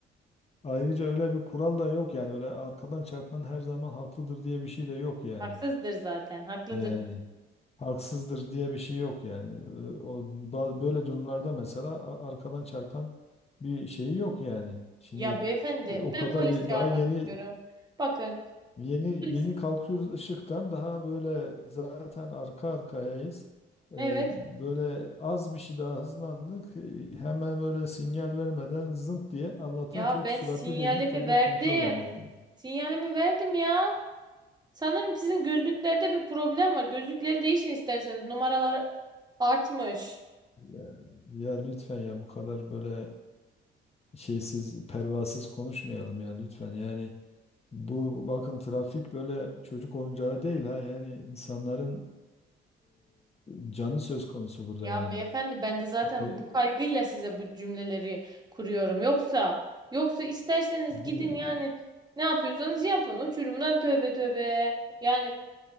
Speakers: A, on the left; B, on the right.
A: Ayrıca öyle bir kural da yok yani. Öyle arkadan çarpan her zaman haklıdır diye bir şey de yok yani.
B: Haksızdır zaten. Haklıdır.
A: Yani haksızdır diye bir şey yok yani. Ee, O, ba- böyle durumlarda mesela a- arkadan çarpan bir şeyi yok yani. Şimdi
B: Ya beyefendi
A: e, o
B: ben
A: kadar
B: polis
A: ye-
B: çağırmak
A: daha yeni
B: istiyorum. Bakın
A: yeni yeni
B: polis
A: kalkıyoruz ışıktan daha böyle zaten arka arkayayız. Ee,
B: evet.
A: Böyle az bir şey daha hızlandık. Ee, Hemen böyle sinyal vermeden zınk diye Allah'tan
B: Ya
A: çok
B: ben
A: süratli
B: sinyalimi
A: değildik de bir
B: verdim.
A: de kontrol bendeydi. yani.
B: Sinyalimi verdim ya. Sanırım sizin gözlüklerde bir problem var. Gözlükleri değişin isterseniz. Numaralar artmış.
A: Ya, ya lütfen ya bu kadar böyle e, şeysiz, pervasız konuşmayalım ya lütfen. Yani bu bakın trafik böyle çocuk oyuncağı değil ha. Yani insanların e, canı söz konusu burada
B: Ya
A: yani.
B: beyefendi ben de zaten
A: E,
B: bu kaygıyla size bu cümleleri kuruyorum. Yoksa yoksa isterseniz
A: bir,
B: gidin yani ne yapıyorsanız yapın. Uçurumdan tövbe tövbe. Yani